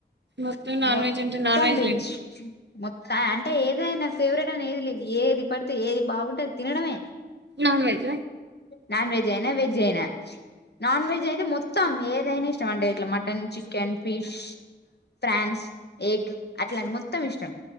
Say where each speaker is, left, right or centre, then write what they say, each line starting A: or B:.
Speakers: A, on the right (about 70°); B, on the left (about 65°).
A: మొత్తం నాన్
B: మొత్తం
A: వెజ్ అంటే నాన్
B: వెజ్
A: లేండి
B: మొత్తం అంటె ఏదైనా ఫేవరెట్ అని ఏది లేదు ఏది పడితే ఏది బాగుంటే అది తినడమే
A: నాన్ వెజ్జ
B: నాన్ వెజ్ అయిన వెజ్ అయిన నాన్ వెజ్ అయితే మొత్తం ఏదైనా ఇష్టం అంటే ఇట్లా mutton chicken fish prawns egg అట్లాంటి మొ మొత్తం ఇష్టం